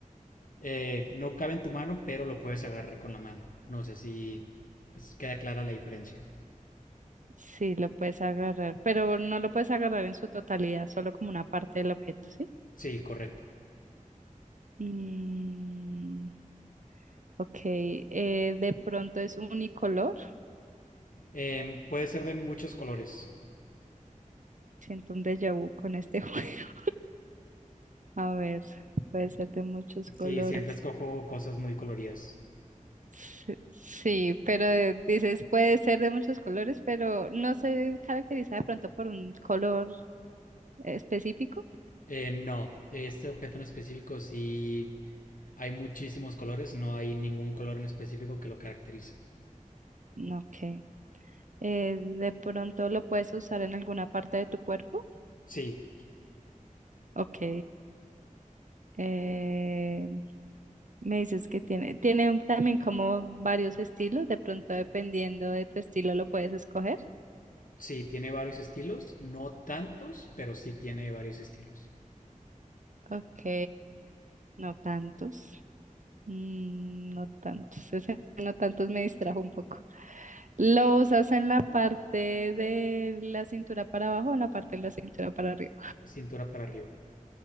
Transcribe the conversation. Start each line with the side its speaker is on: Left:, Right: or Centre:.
Left: Eh, no cabe en tu mano, pero lo puedes agarrar con la mano. No sé si es- queda clara la diferencia.
Right: Sí, lo puedes agarrar, pero no lo puedes agarrar en su totalidad, solo como una parte del objeto, ¿sí?
Left: Sí, correcto.
Right: Mm, ok, eh, de pronto es unicolor.
Left: Eh, puede ser de muchos colores.
Right: Siento un déjà vu con este <laughs> juego. A ver, puede ser de muchos colores.
Left: Sí, siempre escojo cosas muy coloridas.
Right: Sí, sí, pero eh, dices puede ser de muchos colores, pero no se caracteriza de pronto por un color específico.
Left: Eh, no, este objeto en específico sí hay muchísimos colores, no hay ningún color en específico que lo caracterice.
Right: No, Ok. Eh, de pronto lo puedes usar en alguna parte de tu cuerpo.
Left: Sí,
Right: Ok. Eh, me dices que tiene, tiene un- también como varios estilos, de pronto dependiendo de tu estilo lo puedes escoger.
Left: sí, tiene varios estilos, no tantos, pero sí tiene varios estilos.
Right: Ok, no tantos. Mm, no tantos, <laughs> ese no tantos me distrajo un poco. ¿Lo usas en la parte de la cintura para abajo o en la parte de la cintura para arriba?
Left: Cintura para arriba.